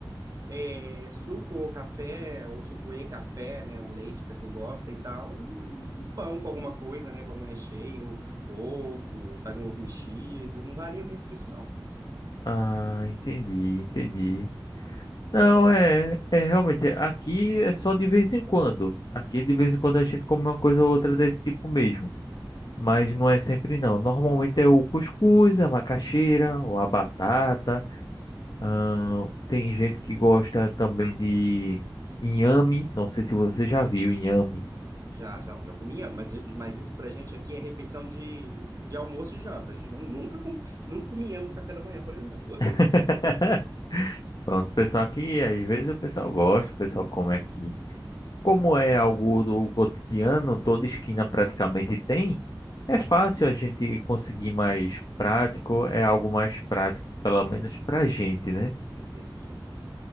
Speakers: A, on the right; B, on the left.
A: é suco ou café, ou suco e café, né? Um leite para quem gosta e tal, e um pão com alguma coisa, né? Com algum recheio, ovo, faz um ovo mexido, não varia muito disso, não.
B: Ah, entendi, entendi. Não, é, é realmente, aqui é só de vez em quando. Aqui de vez em quando a gente come uma coisa ou outra desse tipo mesmo. Mas não é sempre não. Normalmente é o cuscuz, a macaxeira, ou a batata. Ahn, tem gente que gosta também de inhame. Não sei se você já viu inhame.
A: Já, já, já comia, mas, mas isso pra gente aqui é refeição de, de almoço e janta. A gente não, nunca, com- nunca comíamos no café da manhã, por exemplo.
B: <laughs> Pronto, o pessoal aqui, às vezes o pessoal gosta, o pessoal come aqui. Como é algo do cotidiano, toda esquina praticamente tem, é fácil a gente conseguir mais prático, é algo mais prático, pelo menos pra gente, né?
A: <laughs> Entendi.